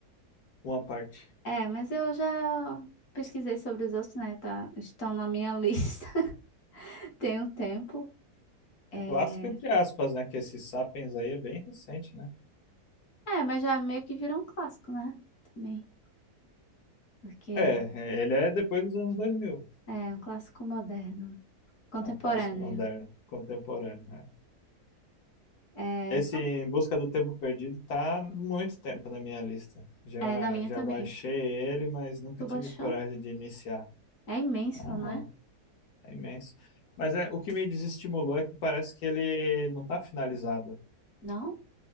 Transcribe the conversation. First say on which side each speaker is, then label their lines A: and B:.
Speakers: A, on the left; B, on the left.
A: uma parte?
B: É, mas eu já pesquisei sobre os outros, né? Tá... Estão na minha lista <laughs> tem um tempo. É,
A: Clássico entre aspas, né? Que esse Sapiens aí é bem recente, né?
B: É, mas já meio que virou um clássico, né? Também. Porque
A: É, é, ele é depois dos anos dois mil
B: é um clássico moderno, contemporâneo.
A: É um clássico moderno, contemporâneo. né?
B: É,
A: Esse
B: são,
A: Em Busca do Tempo Perdido tá há muito tempo na minha lista. Já,
B: é na minha
A: já
B: também.
A: baixei ele, mas nunca
B: Tu
A: tive
B: baixou?
A: coragem de iniciar.
B: É imenso,
A: Aham,
B: né?
A: é imenso. Mas é, o que me desestimulou é que parece que ele não tá finalizado.
B: Não?